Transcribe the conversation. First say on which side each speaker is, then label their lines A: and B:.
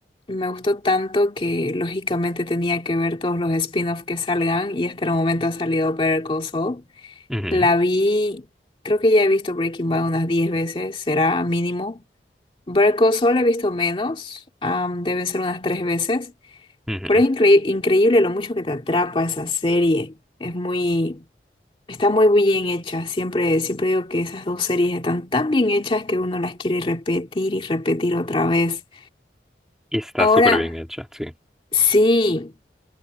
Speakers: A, on the left; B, in the centre.
A: Me gustó tanto que lógicamente tenía que ver todos los spin-offs que salgan y hasta el momento ha salido Better Call Saul.
B: ujú,
A: La vi, creo que ya he visto Breaking Bad unas 10 veces, será mínimo. Better Call Saul he visto menos, am, deben ser unas 3 veces.
B: ujú.
A: Pero es incre- increíble lo mucho que te atrapa esa serie. Es muy... Está muy bien hecha. Siempre, siempre digo que esas dos series están tan bien hechas que uno las quiere repetir y repetir otra vez.
B: Y está
A: Ahora,
B: súper bien hecha, sí.
A: sí,